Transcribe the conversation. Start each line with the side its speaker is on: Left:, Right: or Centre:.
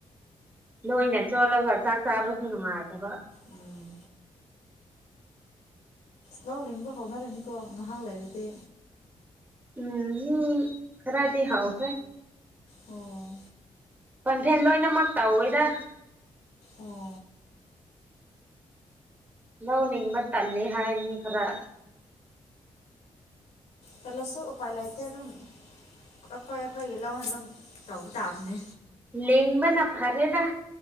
Right: ꯂꯣꯏꯅ ꯆꯣꯠꯂꯒ ꯆꯥꯛ ꯆꯥꯕꯁꯨ ꯅꯨꯡꯉꯥꯏꯇꯕ
Left: ꯎꯝ ꯂꯧ ꯂꯤꯡꯕ ꯍꯧꯅꯔꯅꯤꯀꯣ ꯉꯥꯏꯍꯥꯛ ꯂꯩꯔꯗꯤ
Right: ꯎꯝ ꯎꯝ ꯈꯔꯗꯤ ꯍꯥꯎ ꯐꯦ
Left: ꯑꯣ
Right: ꯄꯣꯟꯊꯦꯜ ꯂꯣꯏꯅꯃꯛ ꯇꯧꯋꯦꯗ
Left: ꯑꯣ
Right: ꯂꯧꯅꯤꯡꯕ ꯇꯜꯂꯦ ꯍꯥꯏꯅꯤ ꯈꯔ
Left: ꯆꯜꯂꯁꯨ ꯎꯄꯥꯏ ꯂꯩꯇꯦ ꯑꯗꯨꯝ ꯑꯩꯈꯣꯏ ꯑꯩꯈꯣꯏꯒꯤ ꯂꯧꯅ ꯑꯗꯨꯝ ꯇꯧꯕ ꯇꯥꯕꯅꯦ
Right: ꯂꯦꯡꯕꯅ ꯐꯔꯦꯗ